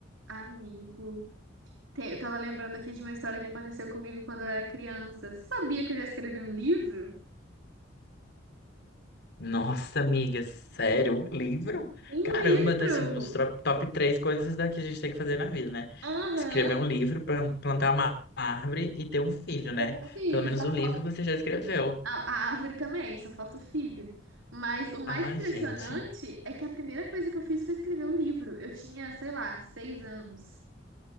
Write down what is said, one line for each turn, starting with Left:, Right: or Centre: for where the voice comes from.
Right: Amigo. Tem- Eu tava lembrando aqui de uma história que aconteceu comigo quando eu era criança. Você sabia que eu já escrevi um livro?
Left: Nossa, amiga, sério? Um livro?
Right: Um
Left: Caramba,
Right: livro!
Left: tá assim, uns tro- top três coisas daqui a gente tem que fazer na vida, né?
Right: Aham.
Left: Escrever um livro, plan- plantar uma árvore e ter um filho, né?
Right: Um Filho,
Left: Pelo menos
Right: só
Left: o
Right: falta.
Left: livro você já escreveu.
Right: A, a árvore também, só falta o filho. Mas o mais
Left: Ai,
Right: impressionante
Left: gente.
Right: é que a primeira coisa que eu fiz foi escrever o livro. Eu tinha, sei lá, seis anos.